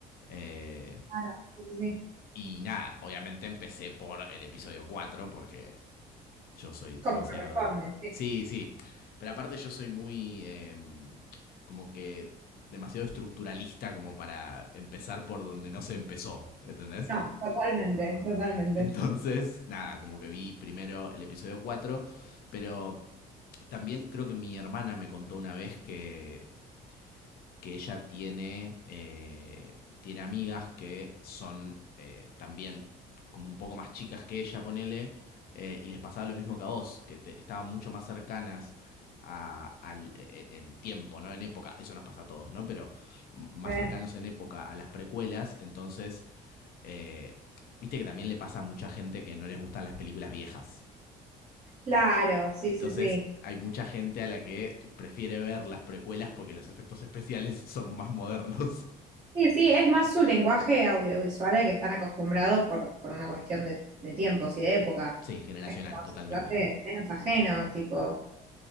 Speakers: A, on the left; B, on the right.
A: Eh,
B: claro, sí, sí, sí.
A: y nada, obviamente empecé por el episodio 4 porque yo soy demasiado...
B: Como corresponde, sí.
A: Sí, sí. Pero aparte yo soy muy... eh, como que demasiado estructuralista como para empezar por donde no se empezó, ¿entendés?
B: No, totalmente, totalmente.
A: Entonces, nada, como que vi primero el episodio cuatro pero también creo que mi hermana me contó una vez que que ella tiene, eh, tiene amigas que son eh, también como un poco más chicas que ella, ponele, eh, y les pasaba lo mismo que a vos, que te- estaban mucho más cercanas a- al, e- e, en tiempo, ¿no? En época, eso nos pasa a todos, ¿no? Pero más
B: Re.
A: cercanos en época a las precuelas, entonces, eh, viste que también le pasa a mucha gente que no les gustan las películas viejas.
B: Claro, sí,
A: Entonces
B: sí, sí.
A: hay mucha gente a la que prefiere ver las precuelas porque los efectos especiales <laughs> son más modernos.
B: Sí, sí, es más su lenguaje audiovisual al que están acostumbrados por, por una cuestión de, de tiempos y de época.
A: Sí, generacional,
B: Es como
A: totalmente.
B: se te hace menos ajeno, tipo.